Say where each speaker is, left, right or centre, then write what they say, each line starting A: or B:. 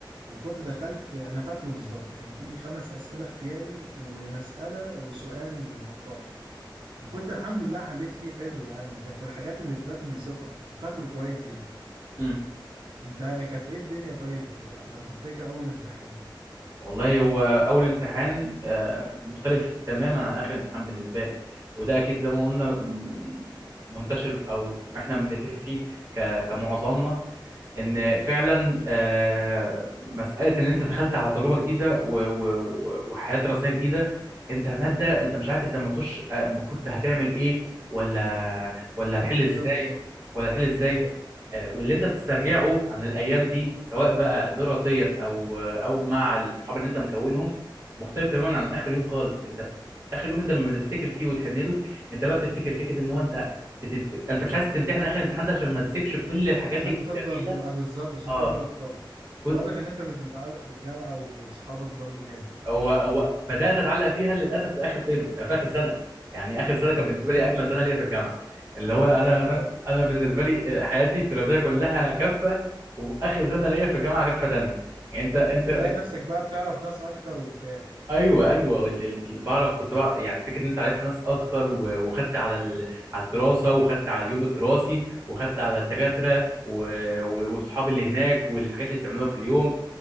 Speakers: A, on the right; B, on the right.
A: وكنت دخلت انا فاكره بالظبط كان فيه خمس أسئلة اختياري ومسألة وسؤال مقالي وكنت الحمد لله حليت فيه حلو يعني وكانت من الحاجات اللي ادتني ثقة وفاكره كويس جدا
B: مم.
A: انت كانت ايه الدنيا طيب لو تفتكر اول امتحان
B: والله هو اول امتحان آه، مختلف تماما عن اخر امتحان بالنسبه لي وده اكيد زي ما قلنا م- منتشر او احنا بنتفق فيه ك- كمعظمنا ان فعلا آه، مساله ان انت دخلت على تجربه جديده و- و- و- وحياه دراسيه جديده انت ماده انت مش عارف انت لما تخش آه، المفروض هتعمل ايه ولا ولا هتحل ازاي
A: ايوه بالظبط
B: ولا هتحل ازاي
A: بالظبط
B: آه، واللي انت بتسترجعه عن الايام دي سواء بقى دراسيا او او مع الصحاب اللي انت مكونهم مختلف تماما عن اخر يوم خالص انت اخر يوم انت لما بتفتكر فيه وتحن له انت بقى بتفتكر فكره ان هو انت بتت... انت مش عايز تمتحن اخر الامتحان ده عشان ما تسيبش كل الحاجات
A: عشان
B: الجميله
A: تفضل آه، بالظبط عشان
B: اه
A: تفضل تطور
B: كل
A: واضح ان انت كنت متعلق بالجامعة وباصحابك برضو جامد
B: هو هو بدات اتعلق فيها للاسف في اخر ترم في اخر سنه يعني اخر سنه
A: بز-
B: كانت بالنسبه لي
A: <laughs>
B: اجمل سنه ليا في الجامعه اللي هو انا
A: بالظبط
B: انا انا بالنسبه لي آه، حياتي الدراسيه كلها كفه واخر سنه ليا في الجامعه كفه تانية يعني انت انت
A: بتلاقي
B: أنت-
A: نفسك بقى بتعرف ناس اكتر وبتاع
B: ايوه ايوه ال- ال- ال- بعرف كنت بعرف يعني فكره ان انت عرفت ناس اكتر و- وخدت على ال- على الدراسه وخدت على اليوم الدراسي وخدت على الدكاتره و- و- واصحابي اللي هناك والحاجات اللي بتعملوها في اليوم